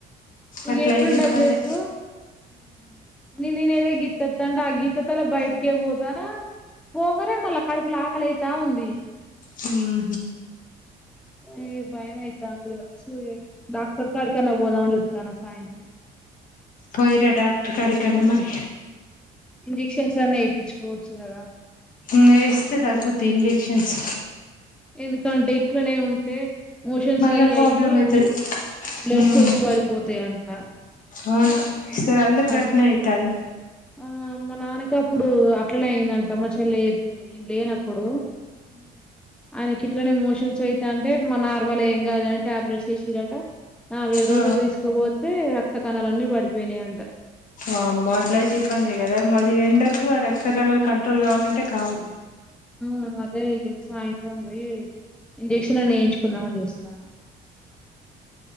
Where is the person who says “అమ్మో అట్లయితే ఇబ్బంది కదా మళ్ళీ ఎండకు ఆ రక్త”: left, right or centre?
Left